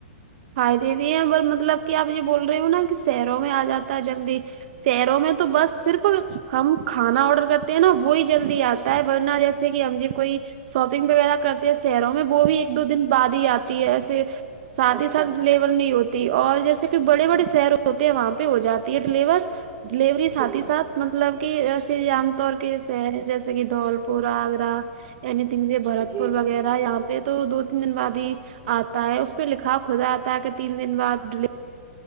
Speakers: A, on the right (about 50°); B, on the right (about 30°).
A: فائدے بھی ہیں اور مطلب کہ آپ یہ بول رہے ہو نا کہ شیروں میں آ جاتا ہے جلدی شہروں میں تو بس صرف ہم کھانا آڈر کرتے ہیں نا وہی جلدی آ تا ورنا جیسے کہ ہم ج کوئی شاپنگ وغیرہ کرتے ہیں شہروں میں وہ بھی ایک دو دن بعد ہی آتی ہے ایسے ساتھ
B: اچھا
A: ساتھ ڈیلیور نہیں ہوتی اور جیسے کہ بڑے بڑے شہر ہوتے ہیں وہاں پہ ہو جاتی ہے ڈیلیور ڈیلیوری سات
B: ہوں
A: ہی ساتھ مطلب کہ شری عام طور کے شہر ہیں جیسے کہ دھول پور آگرہ عنگ برت
B: جی
A: پور وغیرہ یہاں پہ تو دو تین دن بعد ہی آتا ہے اس پہ ل ہاں خود آتا کہ تین دن بعد ڈیلی